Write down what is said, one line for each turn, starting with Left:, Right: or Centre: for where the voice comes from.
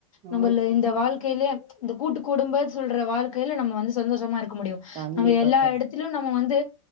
Left: நம்மள
Right: ம்
Left: இந்த வாழ் க்கைல இந்த கூட்டு குடும்ப சொல்ற வாழ்க்கைல நம்ம வந்து சந்தோஷமா இருக்க முடியு
Right: கண்டிப்பா
Left: நம்ம எல்லா
Right: தோழி
Left: எடத்து லயு நம்ம வந்து